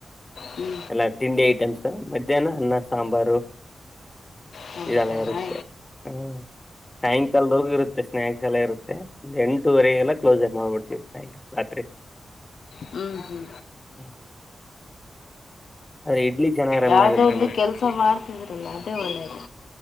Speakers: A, on the left (about 85°); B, on the left (about 20°).
A: ಹ್ಞೂ
B: ಎಲ್ಲ ತಿಂಡಿ ಐಟಮ್ಸ್ ಮಧ್ಯಾಹ್ನ ಅನ್ನ ಸಾಂಬಾರು
A: ಹೌದಾ
B: ಇದೆಲ್ಲ ಇರುತ್ತೆ ಹ್ಮ ಸಾಯಂಕಾಲದ ಹೋಗಿ ಇರುತ್ತೆ ಸ್ನಾಯಕ್ಸ್ ಎಲ್ಲ ಇರುತ್ತೆ ಎಂಟೂವರೆಗೆಲ್ಲ ಕ್ಲೋಸ್ ಮಾಡ್ಬಿಡ್ತೀವಿ ಸಾಯಕಾಲ ರಾತ್ರಿ
A: ಹ್ಞೂ ಹ್ಞೂ
B: ಹ್ಮ್ ಅರೆ ಇಡ್ಲಿ
A: ಯಾವ್ದೋ
B: ನಮ್
A: ಒಂದು ಕೆಲ್ಸ ಮಾಡ್ತಿದ್ರಲ್ಲ ಅದೇ ಒಳ್ಳೇದು